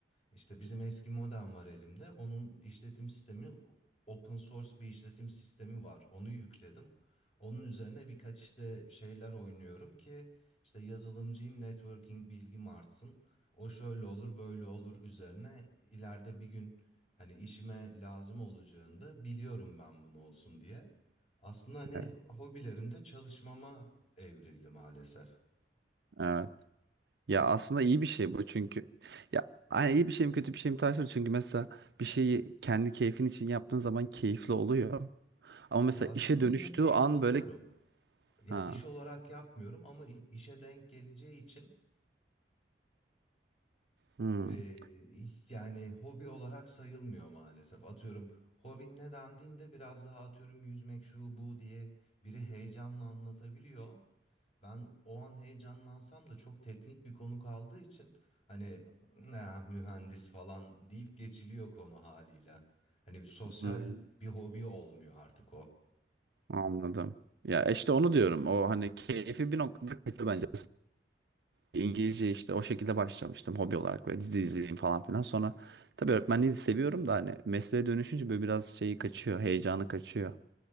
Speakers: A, on the left; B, on the right.
A: İşte bizim eski modem var elimde. Onun işletim sistemi open source bir işletim sistemi var. Onu yükledim. Onun üzerine birkaç işte şeyler oynuyorum ki işte yazılımcıyım, networking bilgim artsın. O şöyle olur, böyle olur üzerine ileride bir gün Hani işime lazım olacağında biliyorum ben bunu olsun diye. Aslında hani
B: Evet.
A: hobilerimde çalışmama evrildi maalesef.
B: Evet. Ya aslında iyi bir şey bu çünkü ya ay, iyi bir şey mi kötü bir şey mi tartışılır çünkü mesela bir şeyi kendi keyfin için yaptığın zaman keyifli oluyor. Ama mesela
A: Ya aslında
B: işe dönüştüğü
A: yine keyif
B: an
A: alıyorum.
B: böyle
A: Yani
B: ha.
A: iş olarak yapmıyorum ama i- işe denk geleceği için
B: Hmm.
A: Ee, yani hobi olarak sayılmıyor maalesef. Atıyorum hobin ne dendiğinde biraz daha atıyorum yüzmek şu bu diye biri heyecanla anlatabiliyor. Ben o an heyecanlansam da çok teknik bir konu kaldığı için hani ne mühendis falan deyip geçiliyor konu haliyle. Hani bir sosyal
B: Hmm.
A: bir hobi olmuyor artık o.
B: Anladım. Ya işte onu diyorum. O hani keyfi bir noktada kaçıyor bence. İngilizce işte o şekilde başlamıştım hobi olarak ve dizi izleyeyim falan filan. Sonra tabii öğretmenliği seviyorum da hani mesleğe dönüşünce böyle biraz şeyi kaçıyor, heyecanı kaçıyor.